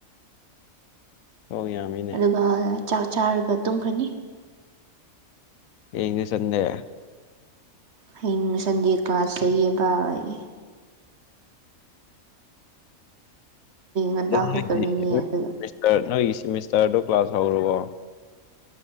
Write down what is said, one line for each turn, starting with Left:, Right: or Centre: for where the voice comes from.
Left: <inaudible> ꯁꯣꯡ ꯌꯥꯝꯃꯤꯅꯦ
Right: ꯑꯗꯨꯒ ꯆꯥꯛ ꯆꯥꯔꯒ ꯇꯨꯝ ꯐꯅꯤ
Left: ꯌꯦꯅꯤ ꯆꯗꯦ
Right: ꯑꯩꯅꯅꯨꯡ ꯁꯟꯗꯦ ꯀ꯭ꯂꯥꯁ ꯂꯩꯌꯦ ꯚꯏ ꯉꯟꯇꯥ
Left: ꯑꯗꯨ ꯅꯒꯤ
Right: ꯍꯧꯒꯠꯂꯅꯤ ꯑꯗꯨꯒ
Left: ꯅꯣꯏꯒꯤ ꯁꯤꯦꯃꯤꯁꯇꯔꯗꯣ ꯀ꯭ꯂꯥꯁ ꯍꯧꯔꯕꯣ